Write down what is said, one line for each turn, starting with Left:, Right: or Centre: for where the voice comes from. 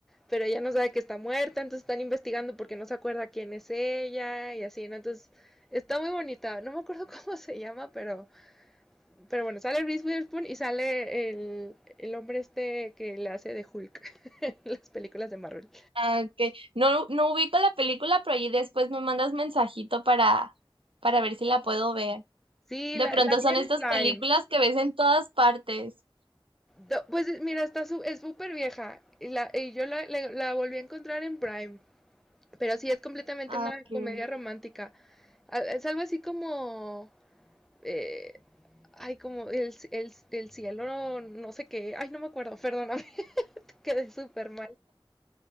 Centre: pero ella no sabe que está muerta, entonces están investigando porque no se acuerda quién es ella y así, ¿no? Entonces está muy bonita, no me acuerdo <laughs> cómo se llama, pero, pero bueno, sale Reese Witherspoon y sale el, el hombre este que le hace de Hulk <laughs> en las películas de Marvel.
Right: Ah, ok. No, no ubico la película, pero ahí después me mandas mensajito para, para ver si la puedo ver.
Centre: Sí,
Right: De
Centre: la,
Right: pronto
Centre: la vi
Right: son estas
Centre: en Prime.
Right: películas que ves en todas partes.
Centre: Do- Pues mira, está su- es súper vieja. Y, la, y yo la, la- la volví a encontrar en Prime. Pero sí, es completamente
Right: Ah,
Centre: una
Right: ok.
Centre: comedia romántica. Al- Es algo así como... eh, ay, como el, c- el, c- el cielo, no, no sé qué. Ay, no me acuerdo, perdóname, <laughs> quedé súper mal.